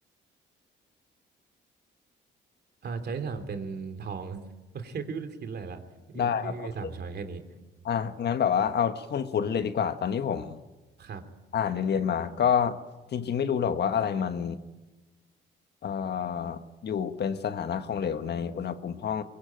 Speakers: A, on the right (about 55°); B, on the left (about 55°).
A: อ่า c h o i ที่สามเป็นทอง <laughs> โอเคพี่ไม่รู้จะคิดอะไรละพี่พี่มีสาม
B: ได้ครับโอเค
A: choice แค่นี้
B: อ่ะงั้นแบบว่าเอาที่คุ้นๆเลยดีกว่าตอนนี้ผม
A: ครับ
B: อ่านเรียนๆมาก็จริงๆไม่รู้หรอกว่าอะไรมันเอ่ออยู่เป็นสถานะของเหลวในอุณหภูมิห้อง